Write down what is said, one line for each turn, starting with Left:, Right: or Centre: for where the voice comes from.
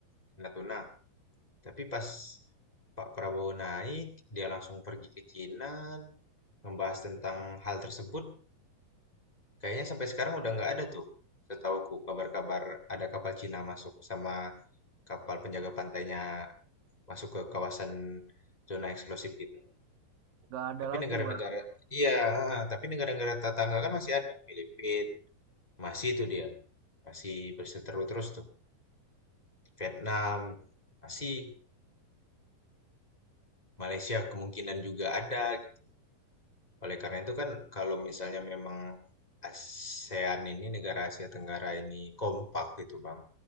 Left: di Natuna. Tapi pas Pak Prabowo naik, dia langsung pergi ke Cina, membahas tentang hal tersebut, Kayaknya sampai sekarang udah nggak ada tuh. Setauku kabar-kabar ada kapal Cina masuk sama kapal penjaga pantainya masuk ke kawasan zona eksklusif gitu.
Right: Gak ada
Left: Tapi
Right: lagi
Left: negara-negara,
Right: bang,
Left: iya, tapi negara-negara tetangga kan masih ada. Filipina, masih itu dia. Masih berseteru terus tuh. Vietnam, masih. Malaysia kemungkinan juga ada gitu. Oleh karena itu kan kalau misalnya memang ASEAN ini negara Asia Tenggara ini kompak gitu Bang.